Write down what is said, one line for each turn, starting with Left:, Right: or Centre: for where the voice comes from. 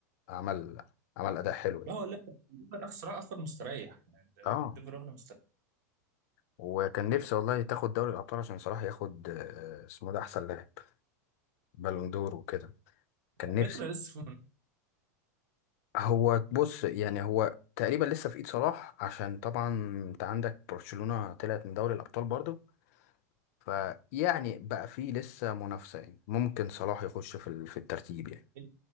Left: عمل عمل اداء حلو
Right: لا
Left: يعني
Right: لا الليفر اخسر اخر مستريح يعني انت
Left: اه
Right: الليفر اخر مستريح
Left: وكان نفسي والله تاخد دوري الابطال عشان صلاح ياخد آه، اسمه ده احسن لاعب بالون دور وكده كان
Right: على
Left: نفسي
Right: فكره لسه
Left: هو بص يعني هو تقريبا لسه في ايد صلاح عشان طبعا انت عندك برشلونة طلعت من دوري الابطال برضه فيعني
Right: في
Left: بقى فيه لسه منافسة يعني ممكن صلاح يخش في ال- في الترتيب يعني
Right: انت